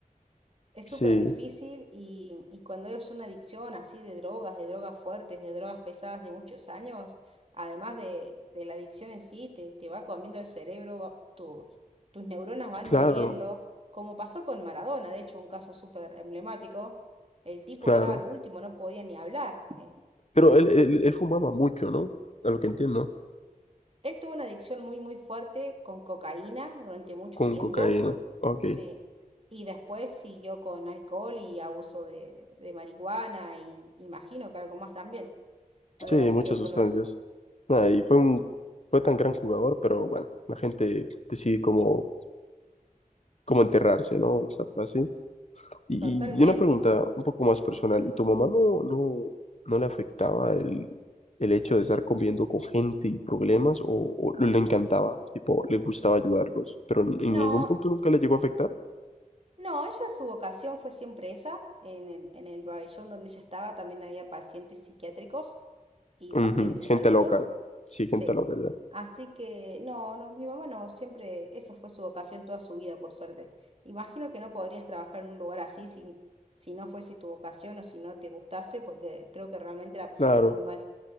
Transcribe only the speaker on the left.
Sí,
claro,
claro.
Pero él, él, él fumaba mucho, ¿no? A lo que entiendo,
con
cocaína. Ok.
Sí,
muchas
sustancias.
Nada, y fue un, fue tan gran jugador, pero bueno, la gente decide cómo, cómo enterrarse, ¿no? Esa frase. Y,
y una pregunta un poco más personal. ¿Y tu mamá no, no, no le afectaba el, el hecho de estar conviviendo con gente y problemas? ¿O, o le encantaba? Tipo, le gustaba ayudarlos, pero en
ningún punto nunca le llegó a afectar.
Ujú,
gente
loca. Sí,
gente loca, ya.
Claro.